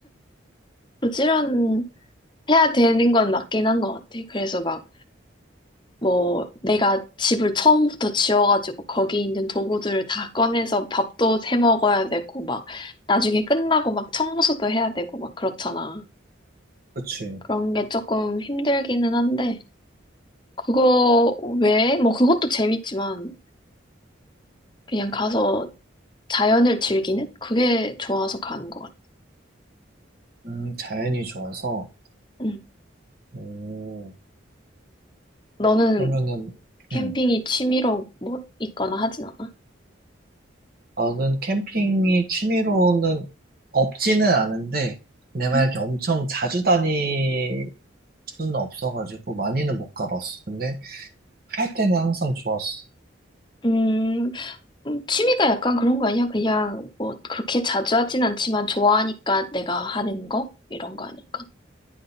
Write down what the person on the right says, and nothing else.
그치.
음, 자연이 좋아서.
오,
그러면은,
음.
나는 캠핑이 취미로는 없지는 않은데, 내가
이렇게 엄청 자주 다닐 수는 없어가지고, 많이는 못 가봤어. 근데, 할 때는 항상 좋았어.